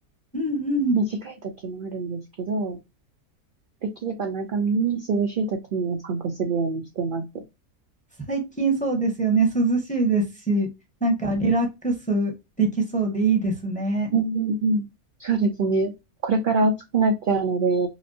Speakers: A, in the centre; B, on the right.
A: うんうん。
B: 短い時もあるんですけど、できれば長めに涼しい時にお散歩するようにしてます。
A: 最近そうですよね。涼しいですし、なんかリラックスできそうでいいですね。
B: うんうんうん。そうですね。これから暑くなっちゃうので、